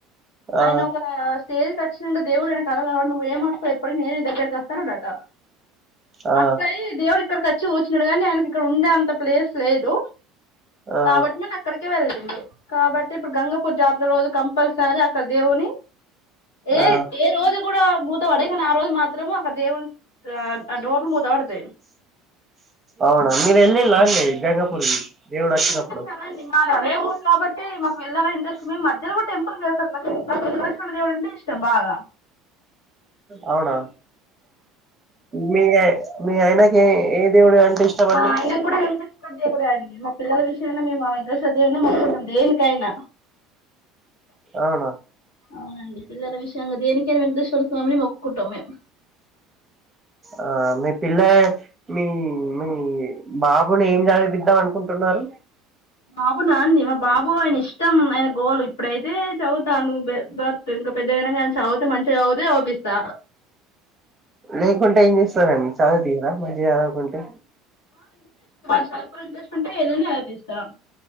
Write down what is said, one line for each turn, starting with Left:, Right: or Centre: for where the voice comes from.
Right: ఆ
Left: ఆయన ఒకా స్టేజ్ చ్చినంక దేవుడు ఆనెకు కలలోగనపడి నువ్వు ఏమస్తవు ఎప్పడకి నేనే దగ్గరకి అస్త అన్నడట.
Right: ఆ
Left: అత్తయి దేవుడు ఇక్కడకిచ్చి కూర్చున్నడు గాని, నేను ఆయనకి ఇక్కడ ఉండే అంత ప్లేస్ లేదు
Right: ఆ
Left: కాబట్టి నేను అక్కడికే వెళ్ళిండు. కాబట్టి ఇప్పుడు గంగపూర్ జాతర రోజు కంపల్సరరీ అక్కడ దేవుని ఏ
Right: ఆ
Left: ఏ రోజు కూడా మూత వడై కానీ ఆ రోజు మాత్రము అక్కడ దేవుని ఆ డోర్లు మూత పడతాయి
Right: అవునా మీరు వెళ్ళిలా అండి. గంగాపూర్కి దేవుడు
Left: మేము
Right: వచ్చినప్పుడు
Left: వెళ్తాం కదండి, మాదదే ఊర్ కాబట్టి మాకు వెళ్ళాలని ఇంట్రెస్ట్ మేము మధ్యలో కూడా టెం మాకు వెంకటేశ్వర దేవుడు అంటేనే ఇష్టం బాగా
Right: అవునా మీ ఆ మీ ఆయనకి ఏ దేవుడు అంటే ఇష్టం
Left: మా
Right: అండి
Left: ఆయన కూడా వెంకటేశ్వర దేవుడే అండి, మా పిల్లల విష చ్చి నన్న మేము ఆ వెంకటేశ్వర దేవున్నే మొక్కుతాం దేనికైనా.
Right: అవునా
Left: అవునండి పిల్లల విషయంగ దేనికైనా వెంకటేశ్వర స్వామిని మొక్కుకుంటాం మేం
Right: ఆ మీ పిల్ల మీ మీ బాబుని ఏం చదిపిద్దాం అనుకుంటున్నారు
Left: బాబు నా అండి, మా బాబు అయిన ఇష్ ఇష్టం అయిన గోల్, ఇప్పుడైతే చదువుతాను బే బర్త్ ఇంకా పెద్దైనా కానీ చదువుతే మంచిగా చదువుతే చదువుపి స్తా
Right: లేకుంటే ఏం చేస్తారండి చదువు తీయరా మంచి చేదవకుంటే
Left: చా ఇంట్రెస్ట్ ఉంటే ఏదైనా ఆపిస్తాం,